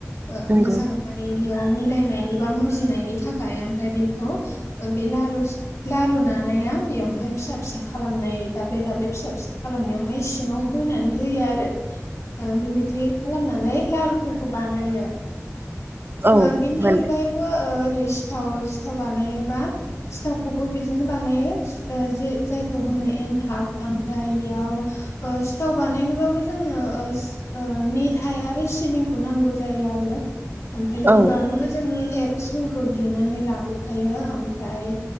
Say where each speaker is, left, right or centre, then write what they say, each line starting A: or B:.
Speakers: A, on the left; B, on the right.
A: ओ
B: नंगौ
A: मोजां मानि बेयाव मिलायनायनि बा मुजिनायनि थाखाय ओमफ्राय बेखौ ओ बे लारु लारु नानाया बेवहाय फिसा फिसा खालामनाय दाब्ले दाब्ले फिसा फिसा खालामनायाव <unintelligible> सिङाव होनानै हो आरो बेबायदि खालामनानै लारु फोरखौ बानायो
B: औ
A: ओ बेनि
B: माने
A: अनगायै ओ ओरै सिथाव सिथाव बानायोबा सिथावखौबो बिदिनो बानायो। ओ जे जायखौ होनो एनथाब ओमफ्राय बेयाव ओ सिथाव बानायनोबाबो जोंनो ओस ओ मेथाय आरो सिबिं नां जायो आरो आमफ्राय
B: औ
A: गिबिआवनो जों <unintelligible> सिबिंखौ देनानै लाग्रोखायो ओमफ्राय